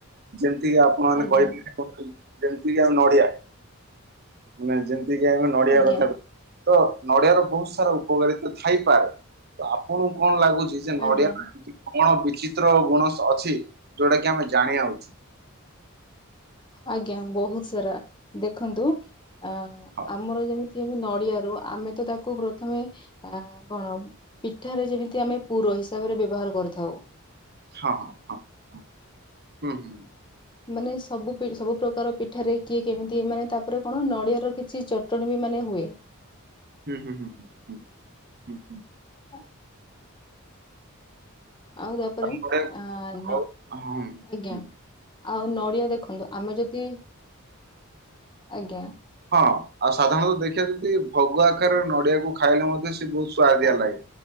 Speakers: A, on the right; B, on the left.
A: ଯେମ୍ ଏମିତି ଆପଣ ମାନେ
B: ଆଜ୍ଞା।
A: କହିପାରେ ଯେମିତିକ ଆଉ ନଡିଆ ମାନେ ଯେ ଯେଏକି ଆମେ ନଡିଆ
B: ଆଜ୍ଞା
A: କଥା କହିବା ତ ନଡିଆର ବହୁତ ସାରା ଉପକାରିତା ଥାଇପାରେ ତ ଆପଣଙ୍କୁ କଣ ଲାଗୁଚି? ନଡିଆ
B: ଆଜ୍ଞା
A: ଏମିତି କଣ ବିଚିତ୍ର ଗୁଣ ଅଛି ଯୋଉଟା କି ଆମେ ଜାଣିବା ଉଚିତ।
B: ଆଜ୍ଞା ବହୁତ ସାରା ଦେଖନ୍ତୁ ଆଁ
A: ହଁ
B: ଆମର ଯେମି ନଡିଆରୁ ଆମେ ତ ତାକୁ ପ୍ରଥମେ ଆ କଣ ପିଠାରେ ଯେମିତି ଆମେ ପୁରଉ ହିସାବରେ ବ୍ୟବହାର କରିଥାଉ।
A: ହଁ ହଁ ହ ହୁଁ ହୁଁ।
B: ମାନେ ସବୁ ସବୁ ପ୍ରକାର ପିଠାରେ କିଏ କେମିତି ମାନେ ତାପରେ କଣ ନଡିଆର କିଛି ଚଟଣୀ ବି ମାନେ ହୁଏ।
A: ହୁଁ ହୁଁ ହୁଁ ହୁଁ ହୁଁ ହୁଁ ହୁଁ।
B: ଆ- ଆଉ ତା ପରେ
A: ତାପରେ
B: ଆ ଆ ନ
A: ଆଉ ହଁ।
B: ଆଜ୍ଞା
A: ହୁଁ।
B: ଆଉ ନଡ଼ିଆ ଦେଖନ୍ତୁ ଆମେ ଯଦି <inaudible> ଆଜ୍ଞା।
A: ହଁ ଆଉ ସାଧାରଣତଃ ଦେଖିବା ଯଦି ଭୋଗ ଆକାରରେ ନଡିଆକୁ ଖାଇଲେ ମଧ୍ୟ ବହୁତ ସୁଆଦିଆ
B: ଆ-
A: ଲାଗେ